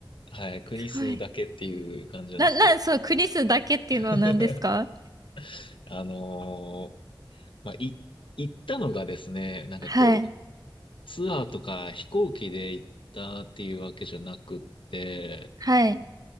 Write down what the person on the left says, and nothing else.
あ、はい、国数だけっていう感じなんですけど。
<laughs> あのーまあ、い、行ったのがですね、なんかこう、
ツアーとか飛行機で行ったっていうわけじゃなくって、